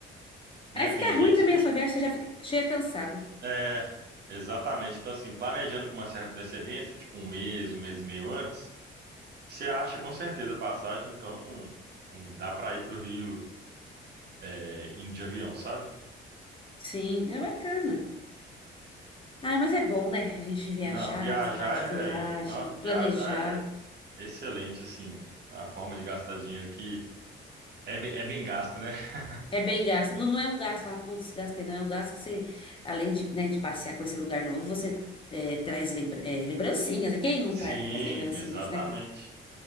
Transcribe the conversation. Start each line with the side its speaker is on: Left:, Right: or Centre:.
Right: né?
Left: Aí fica
Right: Tem gente
Left: ruim também
Right: que.
Left: a sua viagem, você já fica, chega cansado.
Right: É, exatamente. Então, assim, planejando com uma certa antecedência, tipo um mês, um mês e meio antes, você acha com certeza a passagem, então hum, dá pra ir pro Rio é, indo de avião, sabe?
Left: Sim, é bacana. Ai, mas é bom, né? A gente viajar,
Right: Não, viajar
Left: falar de
Right: é.
Left: viagem,
Right: Não,
Left: planejar.
Right: viajar é Excelente, assim, a forma de gastar dinheiro que é, be- é bem gasto, né? <laughs>
Left: É bem gasto. Não, não é um gasto, fala, putz, gastei. Não, é um gasto que você, além de, né, de passear com esse lugar novo, você é, traz lembra- é, lembrancinhas. E quem não
Right: Sim,
Left: traz lembrancinhas,
Right: exatamente.
Left: né?